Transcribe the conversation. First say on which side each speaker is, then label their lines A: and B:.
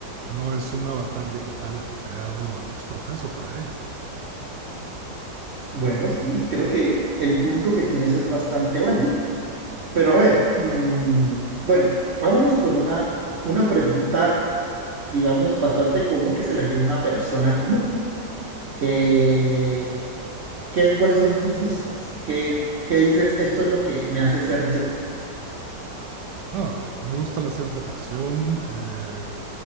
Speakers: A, on the right; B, on the right.
A: no es un avatar digital creado ex profeso para ello?
B: Bueno, sí, creo que el punto que tienes es bastante válido. Pero a ver, mm, bueno, vámonos por una, una pregunta, digamos, bastante común que se le haría a una persona común. Eh, ¿qué, cuáles son tus gustos? ¿Qué, qué dices? Esto es lo que me hace ser yo.
A: Ah, me gusta la ciencia ficción, eh,